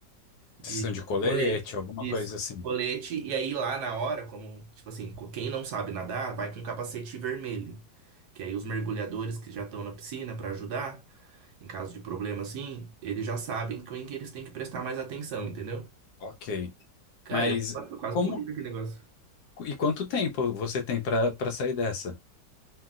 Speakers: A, on the right; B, on the left.
A: de
B: Vocês estão de colete,
A: colete.
B: alguma
A: Isso.
B: coisa assim.
A: Colete, e aí lá na hora, como, tipo assim, co- quem não sabe nadar, vai com capacete vermelho. Que aí os mergulhadores que já estão na piscina para ajudar, em caso de problema assim, eles já sabem com que eles têm que prestar mais atenção, entendeu?
B: Ok.
A: Cara,
B: Mas
A: eu, eu quase
B: como.
A: morri com aquele negócio.
B: E quanto tempo você tem pra, pra sair dessa?